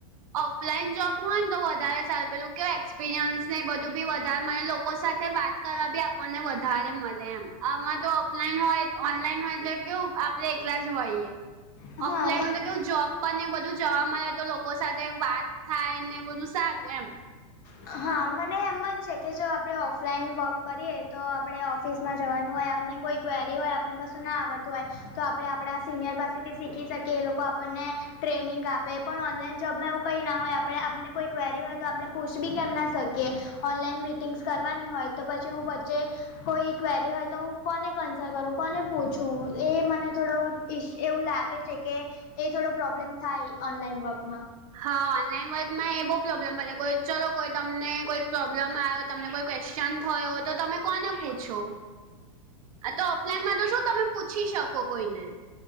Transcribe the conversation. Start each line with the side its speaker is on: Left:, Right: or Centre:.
Right: ઓફલાઈન જોબ હોય ને તો વધારે સારું પેલું કેવું એક્સપિરિયન્સ ને બધું બી વધારે મને લોકો સાથે વાત કરવા બી આપણને વધારે મળે એમ. આમાં તો ઓફલાઈન હોય ઓનલાઈન હોય એટલે કેવું આપડે એકલા જ હોઈએ.
Left: હા
Right: ઓફલાઈન
Left: માં
Right: મતલબ કેવું જોબ પણને એવું બધું જોવા મળે તો લોકો સાથે વાત થાય ને બધું સારું એમ.
Left: હા, મને એમજ છે કે જો આપણે ઓફલાઈન વર્ક કરીએ તો આપણે ઓફિસમાં જવાનું હોય આપને કોઈ ક્વેરી હોય આપણને કશું ના આવડતું હોય તો આપણે આપણા સિનિયર પાસેથી શીખી શકીએ. એ લોકો આપણને ટ્રેનિંગ આપે પણ ઓનલાઈન જોબમાં એવું કઈ ના હોય. આપણે આપને કોઈ ક્વેરી હોય તો આપણે પૂછ બી કેમ ના શકીએ. ઓનલાઈન મિટિંગ્સ કરવાની હોય તો પછી હું વચ્ચે કોઈ કવેરી હોય તો હું કોને કન્સલ કરું, કોને પૂછવું એ મને થોડો ઈ એવું લાગે છે કે એ થોડો પ્રોબ્લેમ થાય ઓનલાઈન વર્કમાં.
Right: હા, ઓનલાઈન વર્કમાં એ બહુ પ્રોબ્લેમ બને કો ચલો કોઈ તમને કોઈ પ્રોબ્લેમ આયો. તમને કોઈ ક્વેશ્ચન થયો તો તમે કોને પૂછો?
Left: <inaudible>
Right: આ તો ઓફલાઈનમાં તો શું તમે પૂછી શકો, કોઈને.